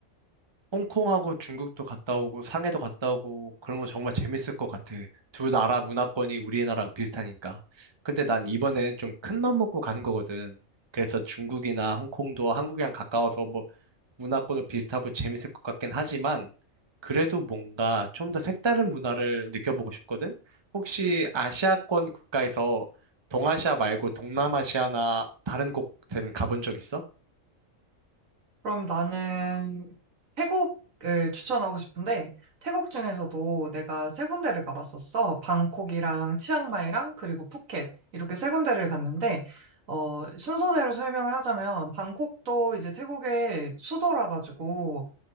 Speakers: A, on the right (about 25°); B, on the right (about 80°).
A: 홍콩하고 중국도 갔다 오고 상해도 갔다 오고 그런 거 정말 재밌을 것 같아. 두 나라 문화권이 우리나라랑 비슷하니까. 근데 난 이번에 좀 큰 맘 먹고 가는 거거든. 그래서 중국이나 홍콩도 한국이랑 가까워서 뭐 문화권은 비슷하고 재밌을 것 같긴 하지만 그래도 뭔가 좀 더 색다른 문화를 느껴보고 싶거든. 혹시 아시아권 국가에서 동아시아 말고 동남아시아나 다른 곳은 가본 적 있어?
B: 그럼 나는 태국을 추천하고 싶은데 태국 중에서도 내가 세 군데를 가봤었어. 방콕이랑 치앙마이랑 그리고 푸켓 이렇게 세 군데를 갔는데 어 순서대로 설명을 하자면 방콕도 이제 태국의 수도라 가지고